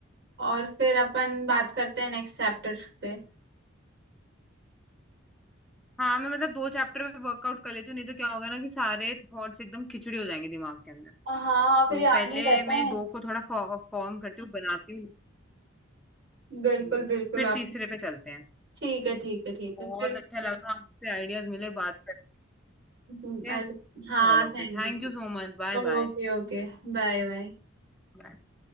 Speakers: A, on the right; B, in the centre.
A: और फिर अपन बात करते हैं नेक्स्ट चैप्टर पे
B: हाँ मैं मतलब दो चैप्टर में वर्कआउट कर लेती हूँ नहीं तो क्या होगा ना कि सारे थॉट्स एकदम खिचड़ी हो जाएंगे दिमाग के अंदर
A: हाँ हाँ फिर
B: तो
A: याद
B: पहले
A: नहीं रहता
B: मैं
A: है
B: दो को थोड़ा फॉर्म करती हूँ बनाती हूँ
A: बिल्कुल
B: हम्म,
A: बिल्कुल
B: फिर
A: आप
B: तीसरे पे चलते हैं
A: ठीक है ठीक है ठीक है
B: बहुत
A: फिर
B: अच्छा लगा आपसे आइडियाज मिले बात करके
A: हम्म,
B: ठीक है
A: अरे, हाँ
B: चलो
A: thank
B: फिर thank
A: you
B: you so much bye bye
A: Okay okay Bye bye
B: कर दो